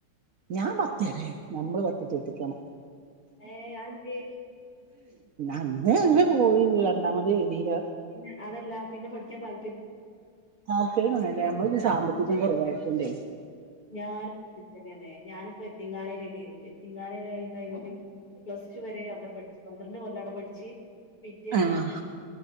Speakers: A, on the right; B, on the left.
A: ഞാൻ പത്തെരെ നമ്മള് പട്ടിട്ട് എത്തിക്കണം
B: ഏ അതെന്തെ
A: അന്ന് അങ്ങനെ പോയി രണ്ടാമത് എഴുതിയില്ല
B: പിന്നെ അതല്ലാ പിന്നെ പഠിക്കാ താ
A: താൽപര്യ അല്ല നമ്മ ഒരു സാമ്പത്തികം കുറവായിര്ന്നു തോണ്ടേ
B: ഞാനപ്പോന്നന്നെ ഞാനിപ്പോ എത്തിങ്ങാനല്ലേ എറ്റീങ്ങാനെര <unintelligible> കഴിഞ്ഞ് പ്ലസ്ടു വരെ ഔടെ പഠ്ച്ചു പന്ത്രണ്ട് കൊല്ലാടം പഠിച്ച് പിറ്റെന്ന്
A: ആഹ്